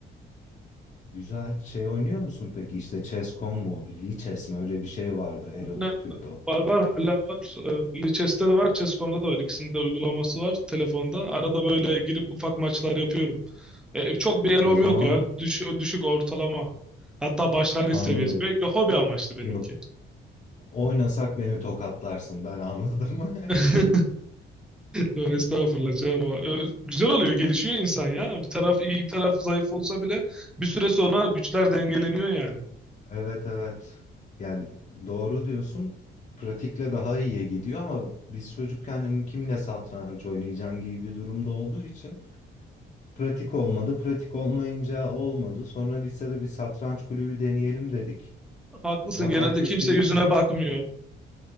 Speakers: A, on the left (about 35°); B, in the centre.
A: Güzel. Şey oynuyor musun peki? İşte Chess.com mu? Lee Chess mi? Öyle bir şey vardı.
B: Aynen.
A: Elo tutuyordu.
B: Var var hala var. Ee, Lichess'te de var, Chess.com'da da var. İkisinin de uygulaması var telefonda. Arada böyle girip ufak maçlar yapıyorum. Ee, çok bir elom
A: O zaman
B: yok ya. Düş, düşük ortalama. Hatta başlangıç
A: anladım.
B: seviyesi. Belki hobi amaçlı benimki.
A: Yok. Oynasak beni tokatlarsın. Ben anladım. <laughs>
B: <laughs> Estağfurullah canım. ama, e, Güzel oluyor, gelişiyor insan ya. Bir taraf iyi, bir taraf zayıf olsa bile bir süre sonra güçler dengeleniyor yani.
A: Evet evet. Yani doğru diyorsun. Pratikle daha iyiye gidiyor ama biz çocukken hani kimle satranç oynayacaksın gibi bir durumda olduğu için pratik olmadı. Pratik olmayınca olmadı. Sonra lisede bir satranç kulübü deneyelim dedik.
B: Haklısın,
A: Ama
B: genelde
A: herkes
B: kimse
A: bir
B: yüzüne bakmıyor.